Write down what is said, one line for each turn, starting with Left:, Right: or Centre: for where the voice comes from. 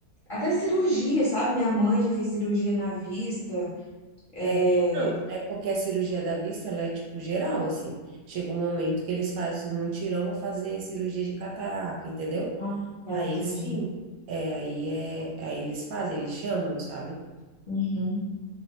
Left: até cirurgia, sabe? Minha mãe já fez cirurgia na vista.
Right: Ah, legal.
Left: É...
Right: É, não, é porque a cirurgia da vista, ela é tipo geral, assim. Chega um momento que eles fazem um tirão, para fazer cirurgia de catarata, entendeu?
Left: Ah, tá,
Right: Aí
Left: entendi.
Right: sim, é, aí é, aí eles fazem, eles chamam, sabe?
Left: Uhum.